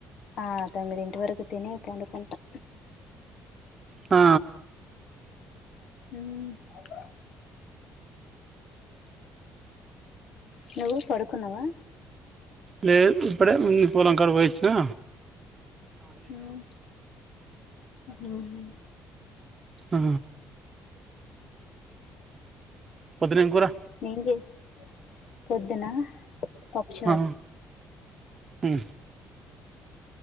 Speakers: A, on the left (about 60°); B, on the right (about 30°).
A: ఆ తొమ్మిదింటి వరకు తిని పడుకుంటా.
B: ఆ
A: మ్ నువ్వు పడుకున్నావా?
B: లేదు ఇప్పుడే పొలం కాడి కి పోయివచ్చినా
A: మ్మ్ మ్మ్
B: ఆ పొద్దున ఏం కూర?
A: ఏం చేసినావు పొద్దున? పప్పుచారు
B: ఆ. ఉ